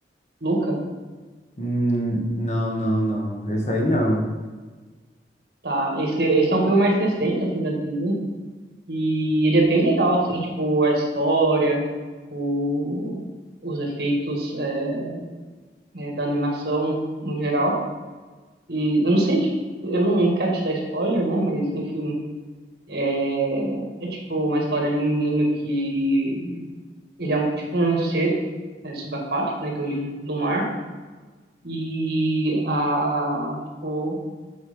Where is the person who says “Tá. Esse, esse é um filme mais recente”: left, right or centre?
Right